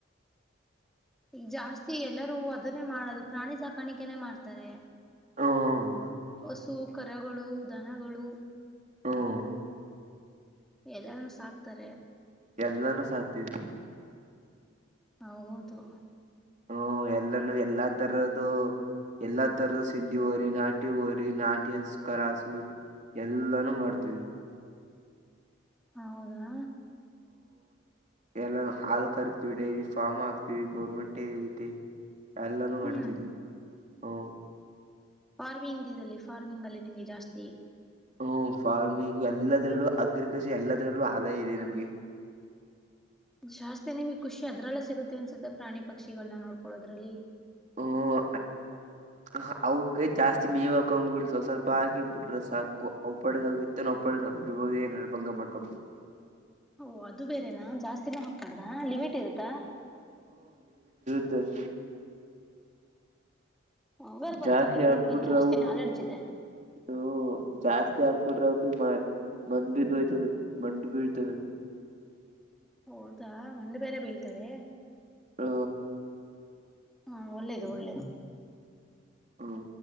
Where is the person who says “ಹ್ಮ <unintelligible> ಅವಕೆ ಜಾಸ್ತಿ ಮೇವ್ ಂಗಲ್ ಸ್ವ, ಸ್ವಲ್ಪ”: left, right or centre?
Right